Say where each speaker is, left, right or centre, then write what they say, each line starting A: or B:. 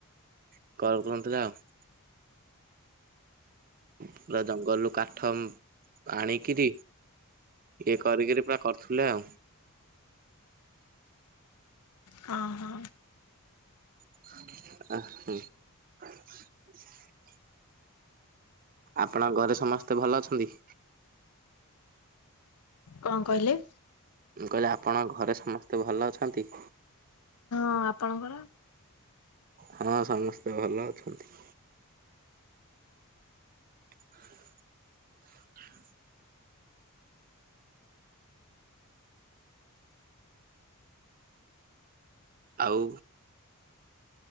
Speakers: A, on the right (about 40°); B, on the left (about 90°).
A: <unintelligible> ପୁରା ଜଙ୍ଗଲ୍ରୁୁ କାଠ ଆଣିକିରି। ଇଏ କରିକିରି ପୁରା କର୍ଥିଲେ ଆଉ।
B: ହଁ ହଁ।
A: <unintelligible> ଆପଣଙ୍କ ଘରେ ସମସ୍ତେ ଭଲ ଅଛନ୍ତି।
B: କଣ କହିଲେ।
A: ମୁଁ କହିଲି ଆପଣଙ୍କ ଘରେ ସମସ୍ତେ ଭଲ ଅଛନ୍ତି।
B: ହଁ ଆପଣଙ୍କର।
A: ହଁ ସମସ୍ତେ ଭଲ ଅଛନ୍ତି। <inaudible> ଆଉ